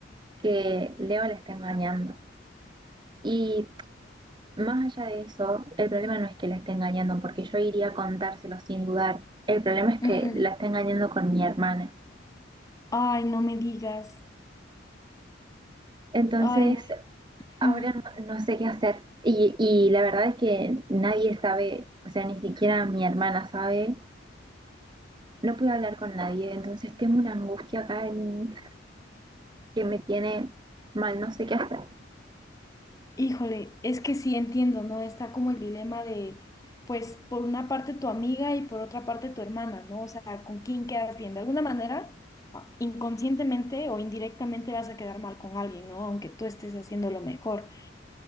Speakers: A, on the right (about 25°); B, on the left (about 15°).
A: que Leo la está engañando. Y más allá de eso, el problema no es que la esté engañando, porque yo iría a contárselo sin dudar. El problema es
B: Ujú.
A: que la está engañando con mi hermana.
B: Ay, no me digas.
A: Entonces,
B: Ay, no.
A: ahora
B: Mm.
A: no, no sé qué hacer. Y, y la verdad es que nadie sabe, o sea, ni siquiera mi hermana sabe no pude hablar con nadie, entonces tengo una angustia acá en- que me tiene mal, no sé qué hacer.
B: Híjole, es que sí entiendo, ¿no? Está como el dilema de, pues, por una parte tu amiga y por otra parte tu hermana, ¿no? O sea, ¿con quién quedas bien? De alguna manera, ah, inconscientemente o indirectamente vas a quedar mal con alguien, ¿no? Aunque tú estés haciendo lo mejor.